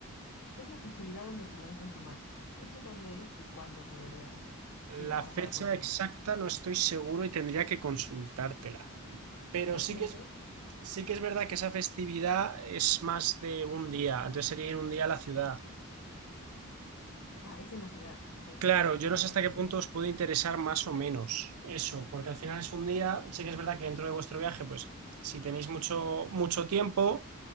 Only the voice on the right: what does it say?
La fecha
exacta
no estoy seguro y tendría que consultártela. Pero
sí que es
Sí que es verdad que esa festividad es más de un día, entonces sería ir un día a la ciudad.
Claro,
yo no
sé
hasta
qué punto os puede interesar más o menos eso, porque al final es un día, sí que es verdad que dentro de vuestro viaje, pues si tenéis mucho, mucho tiempo,